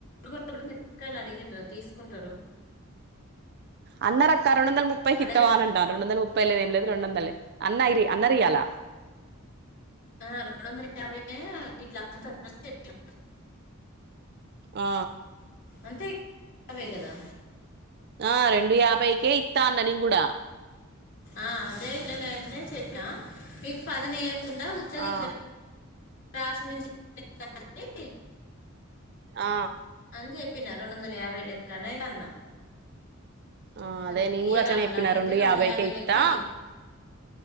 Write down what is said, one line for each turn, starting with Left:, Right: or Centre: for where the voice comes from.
Left: ఇప్పుడు మిరపకాయలు అడిగిర్ర తీసుకుంటారు
Right: అన్నరక్క రెండు వందల ముప్పై కీత్తవ
Left: అడగాలి
Right: అని రెండు వందల ముప్పై ప్పలేదు ఏం లేదు రెండు వందల్లే అన్న ఇరి అన్నరీయాల
Left: ఆ రెండు వందల యాభై ఎ ఇట్లా అముతారు అని చెప్పిరు
Right: ఆ
Left: అంతే బేగదా
Right: ఆ రెండు యాభైకే ఇస్తా అన్న నేను కూడా
Left: ఆ అదే ఇట్లనేనే చెప్పా మీకు పదని వేయ్యకుండా ఉత్తగా
Right: ఆ
Left: ఇట్లా అసల్ నేన్ చెప్ప
Right: ఆ
Left: అని చెప్పిన రెండు వందల యాభై లెక్కనే అన్న
Right: ఆ
Left: అదే
Right: నేను
Left: ఇయ
Right: కూడా అట్లనే
Left: రా
Right: చెప్పిన
Left: అడిగితే రెండు
Right: యాభైకే
Left: వందల యాభైలెక్క
Right: ఇత్తా
Left: ఇయ